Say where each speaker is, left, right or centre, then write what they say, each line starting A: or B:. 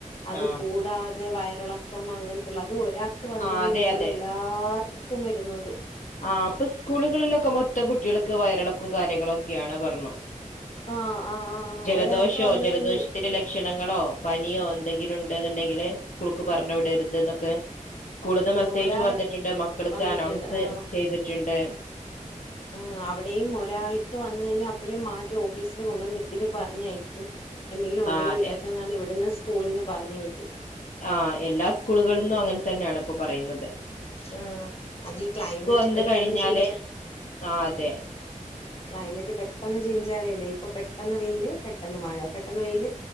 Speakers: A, on the left; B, on the left.
A: അത്
B: ആഹ്
A: കൂടാതെ വയറിളക്കം അങ്ങൻത്തുള്ള ത് ഒരാൾക്ക് വന്ന
B: ആഹ്
A: കഴിഞ്ഞാൽ
B: അതെ
A: വീട്ടിലുള്ള
B: അതെ
A: എല്ലാർക്കും വരുന്നുണ്ട്
B: ആ പ്പൊ സ്കൂളുകളിലൊക്കെ മൊത്തം കുട്ടികൾക്ക് വയറിളക്കും കാര്യങ്ങളും ഒക്കെയാണ് പറ ള്ളം
A: ആഹ് ആഹ് ആഹ്
B: ജലദോഷോ
A: ഒരാൾക്ക് വന്ന്
B: ജലദോഷത്തിന്റെ
A: കഴിഞ്ഞ്
B: ലക്ഷ് ക്ഷണങ്ങളോ പനിയോ എന്തെങ്കിലുണ്ട് ന്ന്ണ്ടെങ്കില് സ്കൂൾക്ക് പർണ് വിടർത് ന്നൊക്കെ സ്കൂളിന്ന്
A: ആഹ്
B: മെസ്സേജ്
A: ഒരാളെ
B: വന്നിട്ട്ണ്ട് മക്കൾക്ക്
A: വന്നിട്ടുണ്ട്
B: അനൗൺസ്
A: ആഹ്
B: റ്റുണ്ട്
A: ആ അവിടെയും ഒരാൾക്ക് വന്ന് കഴിഞ്ഞാ അപ്പഴേ മാറ്റി ഓഫീസില് കൊണ്ടുവന്നിര്ത്തീറ്റ് പറഞ്ഞയക്കും എന്തെങ്കിലും ഉണ്ടെങ്കി
B: ആ അതെ
A: വിടർത് ന്നാണ് ഇവിടെന്ന് സ്കൂളിന്ന് പറഞ്ഞു വി
B: ആ എല്ലാ സ്കൂളുകൾന്നു അങ്ങൻ തന്നേണ് ഇപ്പൊ പറയുന്ന
A: ആ അതീ ക്ലൈമറ്റ്
B: വന്ന്
A: പെട്ടെന്ന്
B: കഴിഞ്ഞാല്
A: ചെയ്ഞ്ച
B: ആ അതെ
A: ക്ലൈമറ്റ് പെട്ടെന്ന് ചെയ്ഞ്ച് ആവേലേ പ്പൊ പെട്ടെന്ന് വെയ്ല് പെട്ടെന്ന് മഴ പെട്ടെന്ന് വെയ്ല്